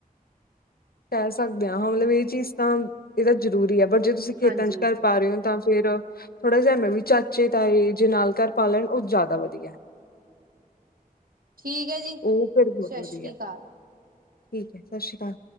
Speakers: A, on the left; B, on the right.
A: ਕਹਿ ਸਕਦੇ ਆਂ ਹਾਂ ਮਲਬ ਏ ਚੀਜ਼ ਤਾਂ ਏਦਾ ਜ਼ਰੂਰੀ ਐ, ਪਰ ਜੇ ਤੁਸੀਂ ਖੇਤਾਂ'
B: ਹਾਂਜੀ
A: ਚ ਘਰ- ਪਾ ਰੇ ਓ ਤਾਂ ਫੇਰ ਥੋੜਾ ਜਿਆ ਮੈਂ ਵੀ, ਚਾਚੇ ਤਾਏ ਜੇ ਨਾਲ ਘਰ ਪਾ ਲੈਣ ਓ ਜਾਦਾ ਵਧੀਆ।
B: ਠੀਕ ਐ ਜੀ।
A: ਓ ਫੇਰ ਬੋਤ
B: ਸਤਿ
A: ਵਧੀਆ
B: ਸ੍ਰੀ ਅਕਾਲ
A: ਠੀਕ ਐ। ਸ਼ਸ਼ਰੀ ਕਾਲ।